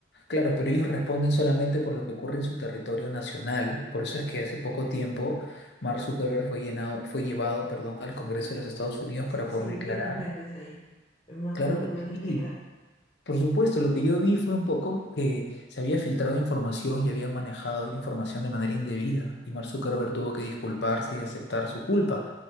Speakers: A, on the left; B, on the left.
A: Claro, pero ellos responden solamente por lo que ocurre en su territorio nacional. Por eso es que hace poco tiempo Mark Zuckerberg fue llenado, fue llevado, perdón, al Congreso de los Estados Unidos para
B: Y
A: poder
B: sí,
A: declarar.
B: vi unos memes ahí. Más
A: Claro
B: o menos
A: que
B: me podrías
A: sí.
B: explicar.
A: Por supuesto, lo que yo vi fue un poco que se había filtrado información y habían manejado información de manera indebida y Mark Zuckerberg tuvo que disculparse y aceptar su culpa.